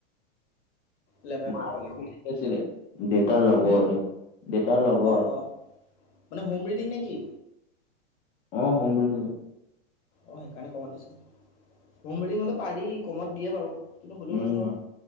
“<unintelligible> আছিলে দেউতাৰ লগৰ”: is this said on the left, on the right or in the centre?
Left